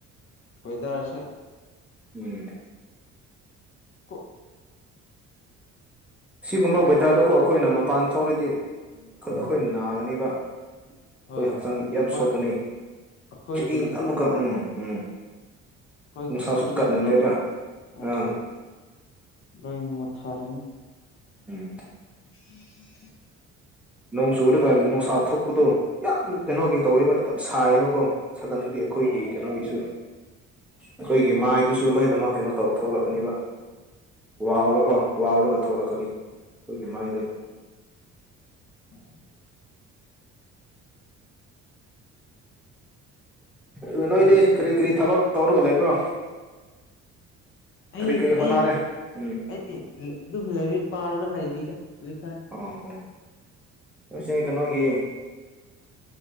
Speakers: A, on the left; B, in the centre.
A: ꯋꯦꯗꯔꯁꯦ
B: ꯎꯝ
A: ꯀ
B: ꯁꯤꯒꯨꯝꯕ ꯋꯦꯗꯔꯗꯀꯣ ꯑꯩꯈꯣꯏꯅ ꯃꯄꯥꯟ ꯊꯣꯛꯔꯗꯤ ꯑꯩꯈꯣꯏꯅ ꯅꯥꯒꯅꯦꯕ
A: ꯍꯣꯏ
B: ꯑꯩꯈꯣꯏ ꯍꯛꯆꯥꯡ ꯌꯥꯝ
A: ꯍꯣꯏ
B: ꯁꯣꯛꯀꯅꯤ
A: ꯑꯩꯈꯣꯏꯒꯤ
B: ꯏꯪ ꯑꯃꯨꯀꯛ ꯎꯝ ꯎꯝ
A: ꯑꯩꯈꯣꯏꯒꯤ
B: ꯏꯁꯁꯨ
A: ꯏꯁꯀꯤꯟ
B: ꯀꯒꯗꯕ
A: ꯀꯂꯔ ꯎꯝ
B: ꯑ
A: ꯂꯣꯏ ꯃꯨꯠꯊꯔꯅꯤ
B: ꯎꯝ
A: <unintelligible>
B: ꯅꯣꯡꯆꯨ ꯑꯗꯨꯒ ꯅꯨꯡꯁꯥ ꯊꯣꯛꯄꯗꯣ ꯌꯥꯝ ꯀꯩꯅꯣꯒꯤ ꯇꯧꯋꯦꯕ ꯌꯥꯝ ꯁꯥꯏꯌꯦꯕꯀꯣ ꯁꯥꯒꯟꯕꯗꯤ ꯑꯩꯈꯣꯏꯒꯤ
A: ꯎꯝ
B: ꯀꯩꯅꯣꯒꯤꯁꯨ ꯑꯩꯈꯣꯏꯒꯤ ꯃꯥꯏꯗꯨꯁꯨ ꯂꯣꯏꯅꯃꯛ ꯀꯩꯅꯣ ꯇꯧ ꯊꯣꯛꯂꯛꯀꯅꯤꯕ ꯋꯥꯎꯔꯒ ꯋꯥꯎꯔꯒ ꯊꯂꯛꯀꯅꯤ ꯑꯩꯈꯣꯏꯒꯤ ꯃꯥꯏꯗꯣ
A: ꯑꯣ
B: ꯑꯗꯨ
A: ꯈꯪꯗ꯭ꯔꯦ
B: ꯅꯣꯏꯗꯤ ꯀꯔꯤ ꯀꯔꯤ ꯊꯕꯛ ꯇꯧꯔꯒ ꯂꯩꯕ꯭ꯔꯣ
A: ꯑꯩ
B: ꯀꯔꯤ ꯀꯔꯤ ꯍꯣꯠꯅꯔꯦ
A: ꯑꯩ
B: ꯎꯝ
A: ꯑꯩ ꯑꯗꯨꯝ ꯂꯥꯏꯔꯤꯛ ꯄꯥꯔꯒ ꯂꯩꯕꯩꯗ ꯍꯧꯖꯤ ꯀꯥꯏ
B: ꯑꯣ ꯑꯣ ꯄꯁꯦ ꯀꯩꯅꯣꯒꯤ